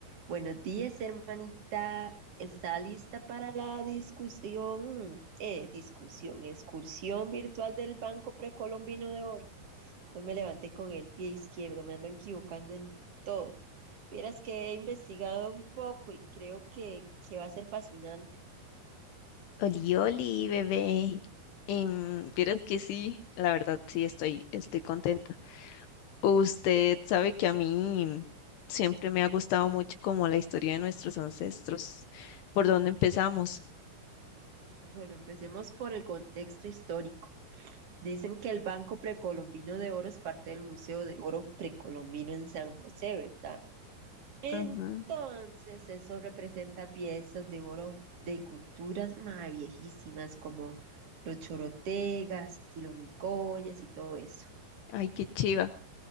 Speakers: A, on the right (about 45°); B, on the left (about 75°).
A: Buenos días, hermanita. ¿Está lista para la discusión, eh, discusión, excursión virtual del Banco Precolombino de Oro? Hoy me levanté con el pie izquierdo, me ando equivocando en todo. Vieras que he investigado un poco y creo que, que va a ser fascinante.
B: Oli, oli, bebé. Em, vieras que sí, la verdad sí estoy, estoy contenta. Usted sabe que a mí siempre me ha gustado mucho como la historia de nuestros ancestros, por dónde empezamos.
A: Bueno, empecemos por el contexto histórico. Dicen que el Banco Precolombino de Oro es parte del Museo de Oro Precolombino en San José, ¿verdad? Entonces,
B: Ujú.
A: eso representa piezas de oro de culturas más viejísimas como los chorotegas y los nicoyas y todo eso.
B: Ay, qué chiva.